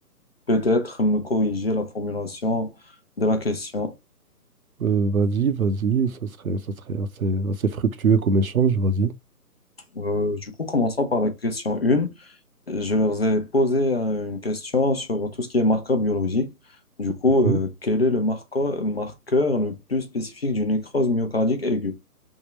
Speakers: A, on the left; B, on the right.
A: peut-être me corriger la formulation de la question.
B: Euh, vas-y, vas-y, ça serait, ça serait assez, assez fructueux comme échange, vas-y.
A: Euh, du coup, commençons par la question 1. Je leur ai posé euh, une question sur tout ce qui est marqueur biologique. Du coup,
B: Mhm,
A: euh, quel est le marqueur, marqueur le plus spécifique d'une nécrose myocardique aiguë?